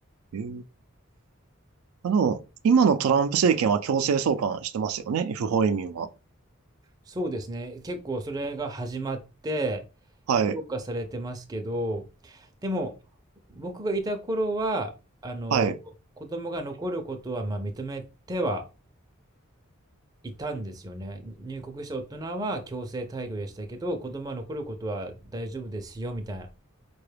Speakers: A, on the right (about 85°); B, on the right (about 20°).
A: へえ。あの、今のトランプ政権は強制送還してますよね、不法移民は。
B: そうですね。結構それが始まって、
A: はい、
B: 強化されてますけど、でも、僕がいた頃は、あの、
A: はい。
B: 子供が残ることは、まあ、認めてはいたんですよね。入国した大人は強制退去でしたけど、子供は残ることは大丈夫ですよ、みたいな。